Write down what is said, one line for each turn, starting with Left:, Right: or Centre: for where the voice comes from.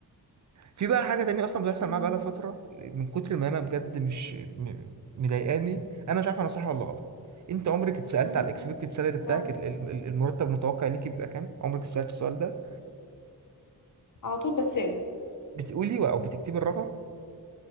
Right: في بقى حاجة تانية أصلا بتحصل
Left: مم.
Right: معايا بقالها فترة من كتر ما أنا بجد مش م- مضايقاني أنا مش عارف أنا صح ولا غلط أنت عمرك اتسألت
Left: امم
Right: على الإكسبكتد سالري بتاعك
Left: لا
Right: ال- ال- المرتب المتوقع ليك بيبقى كام؟ عمرك اتسألت السؤال ده؟
Left: على طول بسأله
Right: بتقولي و- او بتكتبي الرقم